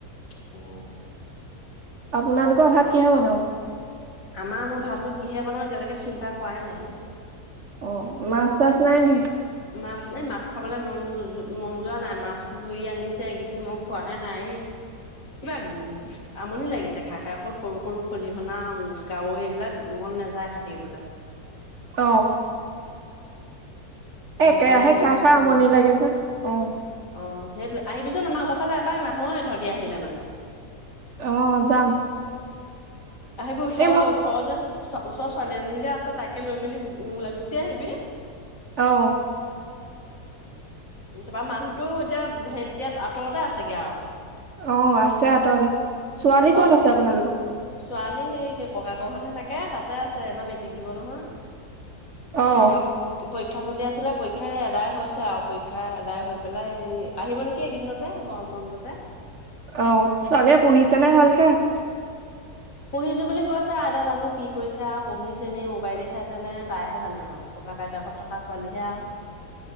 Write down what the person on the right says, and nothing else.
আপোনালোকৰ ভাত কিহে বনাব।
অ', মাছ-চাছ নাই নেকি?
অ'। এ একেৰাহে
খাই খাই
আমনি লাগে যে অ'।
অ', যাম।
এই মই
অ'।
অ', আছে আঁতৰতে। ছোৱালী
ক'ত আছে
আপোনালোকৰ
অ
অ', ছোৱালীয়ে পঢ়িছে নে ভালকে?